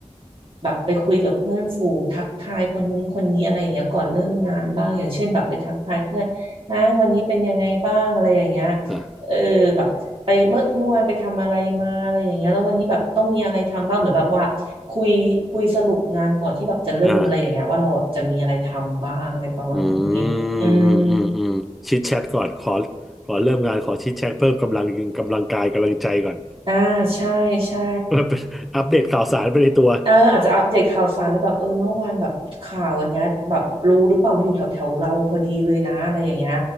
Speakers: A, on the right; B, in the centre.
A: แบบไปคุยกับเพื่อนฝูงทักทายคนนู้นคนนี้อะไรอย่างเงี้ยก่อนเริ่มงานบ้างอย่างเช่นแบบไปทักทายเพื่อนนะวันนี้เป็นยังไงบ้างอะไรอย่างเงี้ย
B: อ่า
A: เออแบบไปเมื่อเมื่อวานไปทำอะไรมาอะไรอย่างเงี้ยแล้ววันนี้แบบต้องมีอะไรทำบ้างเหมือนแบบว่าคุยคุยสรุปงานก่อนที่แบบจะเริ่มอะไรอย่างเงี้ยว่าเราจะมีอะไรทำบ้างอะไรประมาณนี้อืม
B: อ่าอืมอืมอืมอืมชิดแชทก่อนขอขอเริ่มงานขอชิดแชทเพิ่มกำลังกำลังกายกำลังใจก่อน
A: อ่าใช่ใช่
B: <laughs> มันเป็นอัปเดตข่าวสารไปในตัว
A: เอออาจจะอัปเดตข่าวสารแล้วแบบเออเมื่อวานแบบข่าวอันเนี้ยแบบรู้หรือเปล่ามันอยู่แถวแถวเราพอดีเลยนะอะไรอย่างเงี้ย